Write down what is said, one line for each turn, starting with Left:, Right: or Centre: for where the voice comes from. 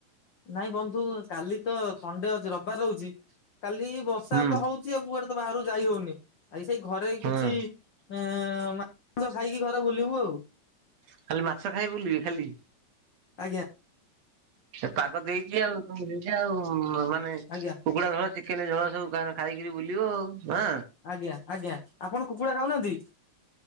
Left: ନାଇଁ ବନ୍ଧୁ କାଲି ତ ସଣ୍ଡେ ଅଛି ରବିବାର ରହୁଛି। କାଲି ବର୍ଷା
Right: ହୁଁ।
Left: ତ ହଉଛି ଆଉ କୁଆଡେ ତ ବାହାରକୁ ଯାଇ ହଉନି ଆଉ ସେଇ ଘରେ
Right: ହଁ
Left: କିଛି। ଏଁ ମା ନ୍ସ ଖାଇକି ଘରେ ବୁଲିବୁ ଆଉ।
Right: ଖାଲି ମାଛ ଖାଇ ବୁଲିବେ ଖାଲି।
Left: ଆଜ୍ଞା।
Right: ଏ ପାଗ ଦେଇଛି ଆଉ ତ ଦେଇଚି ଆଉ ଉଁ ମ-ମାନେ
Left: ଆଜ୍ଞା
Right: କୁକୁଡା ଦଳ ଚି କେନ ଝୋଳ ସବୁ କାଣ ଖାଇକିରି ବୁଲିବ ଆଉ। ମା।
Left: ଆଜ୍ଞା ଆଜ୍ଞା ଆପଣ କୁକୁଡା ଖାଉନାହାନ୍ତି।